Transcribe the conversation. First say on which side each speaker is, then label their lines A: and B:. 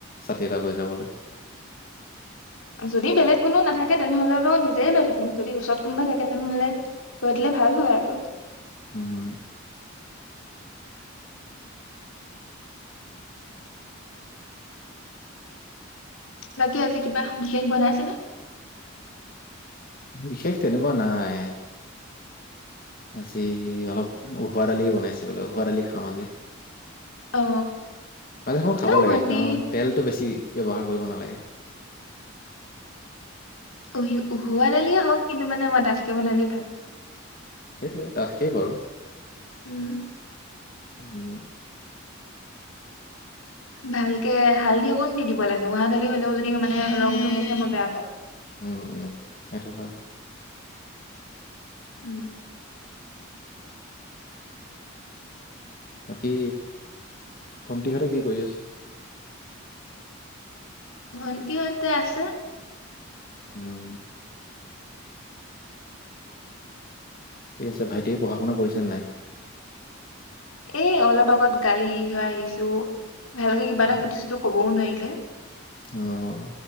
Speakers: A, on the left (about 45°); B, on the left (about 85°).
A: ছাতি এটা লৈ যাবলৈ।
B: যদি বেলেগ কোনো নাথাকে তেনেহ'লে মই নিজে লৈ থাকি কিম যদি ওচৰত কোনোবা তেনেহ'লে গৈ দিলে ভাল হয় আৰু।
A: উম।
B: বাকী আজি কিবা বিশেষ বনাইছেনে?
A: বিশেষ তেনেকুৱা নাই। আজি অলপ ওহোৱা দালি বনাইছে বোলে, ওহোৱা দালি খাম আজি।
B: অ
A: মাজে সময়ে খাব
B: ন
A: লাগে
B: ভন্টি
A: কাৰণ তেলটো বেছি ব্যৱহাৰ কৰিব নালাগে।
B: ওহি-ওহোৱা দালিয়ে হওঁক কিন্তু মানে মই দাঠকে বনালেই ভাল
A: সেইটোৱে দাঠকেই বাৰু।
B: উম।
A: উম।
B: ভালকে হালধি অকণ দি দিব লাগে ওহা দালি হ'লেও যদি মানে ৰংটো নুঠে মই বেয়া পাওঁ।
A: উম, উম, সেইটো হয়। <inaudible>
B: উম।
A: বাকী ভন্টিহ'তে কি কৰি আছে?
B: ভণ্টিহ'তে আছে।
A: উম। ঠিক আছে, ভাইটি পঢ়া-শুনা কৰিছে নাই?
B: এ অলপ আগত গালি খায় আহিছোঁ। ভালকে কিবা
A: উম,
B: এটা সুধিছিলো ক'বও নোৱাৰিলে।
A: অ